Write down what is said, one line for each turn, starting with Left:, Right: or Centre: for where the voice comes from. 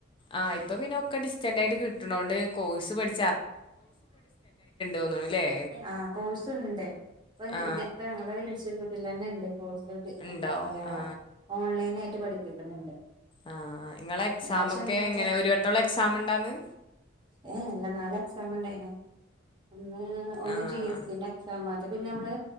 Left: ആഹ് ഇപ്പൊ പിന്നെ ഒക്ക ഡിസ്റ്റന്റ് ആയിട്ട് കിട്ടണോണ്ട് കോഴ്സ് പഠി തോന്നുന്നു അല്ലേ
Right: ആ കോഴ്സ് ഒണ്ട് ഇപ്പൊ ഞ
Left: ആ
Right: ഞങ്ങളെ ഇൻസ്റ്റിറ്റ്യൂട്ടി തന്നെ ഇണ്ട് <unintelligible>
Left: ഉണ്ടോ
Right: എന്താ പറയാ
Left: ആ
Right: ഓൺലൈനായി പഠിപ്പിക്കുന്നുണ്ട്
Left: ആഹ് നിങ്ങളെ എക്സാമോക്കെ
Right: പക്ഷെ എന്താ
Left: എങ്ങനെ ഒര് വെട്ടേയുള്ള എക്സാമിണ്ടാന്ന്
Right: ഏയ്‌ ഇല്ലാ നാളെ എക്സാം ഒണ്ടോയിനു ഒന്ന് ഒന്ന്
Left: ആഹ്
Right: ജി എസ് റ്റിന്റെ എക്സാം മ പിന്നെ നമ്മള്